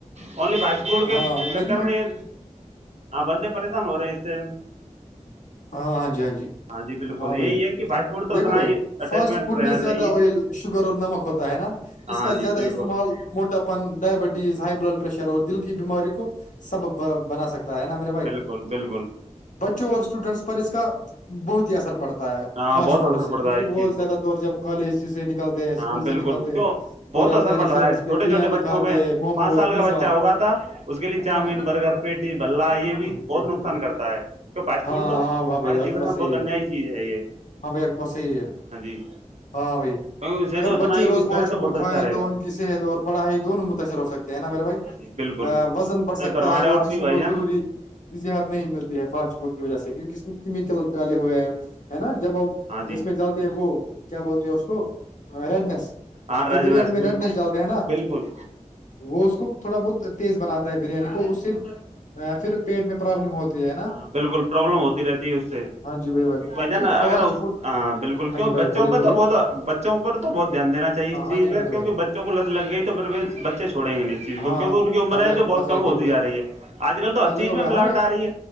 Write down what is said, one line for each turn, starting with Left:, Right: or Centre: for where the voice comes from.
Right: اونلی فاسٹ فوڈ کے
Left: ہاں
Right: چکر
Left: لیکن
Right: میں یہ ہاں بندے پریشان ہو رہے ہیں اس سے
Left: ہاں ہاں جی ہاں جی
Right: جی بالکل
Left: ہاں بھائی
Right: یہی ہے کہ فاسٹ فوڈ تو
Left: دیکھو
Right: اتنا
Left: بھائی
Right: ہی اٹیچمنٹ
Left: فاسٹ فوڈ
Right: رہنا
Left: میں زیادہ
Right: چاہیے
Left: آئل شوگر اور نمک ہوتا ہے نا اس
Right: ہاں
Left: کا
Right: جی
Left: زیادہ
Right: بالکل
Left: استعمال مو اپن ڈائبٹیز ہائی بلڈ پریشر اور دل کی بیماری کو سبب بنا سکتا ہے نا میرے بھائی
Right: بالکل بالکل
Left: بچوں اور اسٹوڈنٹس پر اس کا بہت ہی اثر پڑتا ہوتا ہے
Right: ہاں
Left: فاسٹ
Right: بہت
Left: فوڈ
Right: اثر
Left: سے
Right: پڑتا
Left: کیونکہ
Right: ہے اس
Left: وہ
Right: چیز سے
Left: زیادہ دور جب کالج سے نکلتے ہیں اسکول
Right: ہاں بالکل
Left: سے نکلتے
Right: کیوں
Left: ہیں تو
Right: بہت
Left: جاتے
Right: اثر
Left: ہیں ریسٹورینٹس
Right: پڑ رہا ہےھوٹے
Left: پہ بریانی
Right: چھوٹے بچوں
Left: کھاتے
Right: پ میں
Left: ہیں، موموز
Right: پانچ سال
Left: پیزا
Right: کا بچہ ہوگا تھا اس کے لیے
Left: ہے نا
Right: چاؤمین برگر پیٹی بللہ یہ
Left: ہاں
Right: بھی بہت نقصان کرتا ہے فاسٹ
Left: ہاں
Right: فوڈ تو ہمارے
Left: واہ بھائی آ
Right: جیون
Left: بس
Right: میں
Left: یہی
Right: بہت
Left: ہے
Right: انیای چیز ہے یہ
Left: ہاں بھائی آی بس یہحی ہے
Right: ہاں جی
Left: ہاں بھائی
Right: کیونکہ اسے
Left: اگر
Right: تو اتنا
Left: بچے
Right: ہی
Left: روز
Right: یوز
Left: فاسٹ
Right: کریں تو
Left: فوڈ
Right: بہت
Left: کائیں
Right: اچھا رہے
Left: تو
Right: گا
Left: ان کی صحت اور پڑھائی دونوں متاثر ہو سکتی ہے نا میرے
Right: ہاں
Left: بھائی
Right: جی بالکل
Left: وزن بڑھ سکتا
Right: صحیح فرما
Left: ہے
Right: رہے
Left: اور
Right: ہو آپ
Left: جسم
Right: بھی بھائی
Left: کو
Right: جان
Left: ضروری ا زحت نہیں ملتی ہے فانچ پوٹ کی
Right: ہاں
Left: وجہ
Right: جی
Left: سے کہ اس میں کیمیکل ڈالے ہوئے ہیں ہے نا جب اب
Right: ہاں جی
Left: اس میں زیادہ وہ کیا بولتے ہیں اس کو ریڈنیس
Right: ہاں راج
Left: جو بریانی
Right: مش
Left: میں رٹنے
Right: بالکل
Left: چلتے ہیں نا
Right: بالکل
Left: وہ اس کو تھوڑا بہت تیز بناتا ہے بریانی کو اس سے پھر پیٹ میں پرابلم ہوتی ہے نا
Right: ہاں بالکل پرابلم ہوتی رہتی ہے اس سے
Left: ہاں جی بھائی بھائی
Right: کی بھ جان اگر
Left: فاسٹ فوڈ
Right: بالکل
Left: ہاں
Right: کیوں
Left: جی بھائی
Right: بچوں
Left: بولے
Right: میں
Left: بولے
Right: تو بہت بچوں پر تو بہت دھیانین چاہے
Left: ہاں
Right: اس چیز
Left: ہاں جی
Right: پر
Left: میرے
Right: کیونہ
Left: بھائی
Right: بچوں کو لت لگ گئی تو پھر بچےھوڑیں گے اس چیز کو
Left: ہاں
Right: کیک ان کی عمر
Left: ہاں بھائی
Right: ہے
Left: آپ
Right: جو
Left: کی بات
Right: بہت
Left: صحیح
Right: کم ہوتی
Left: دیکھو
Right: ج رہی ہے آج کل تو
Left: ہاں
Right: ہر
Left: دیکھو
Right: چیز میں
Left: بھائی ہمیں
Right: ملاوٹ آ رہی ہے